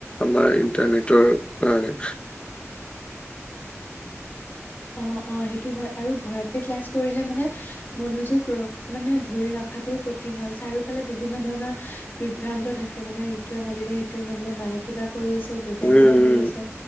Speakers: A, on the left; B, on the left.
A: আমাৰ ইণ্টাৰনেটৰ কাৰণে।
B: অ অ সেইটো হয় আৰু ঘৰতে ক্লাছ কৰিলে মানে। মনোযোগ ৰ মানে ধৰি ৰখাটোও কঠিন হয় চাৰিওফালে বিভিন্ন ধৰণৰ। বিভ্ৰান্ত থাকে মানে ইটোৱে মাতিলে সিটোৱে মাতিলে মায়ে কিবা। কৰি আছে দেউতাই
A: উম
B: কিবা কৰি আছে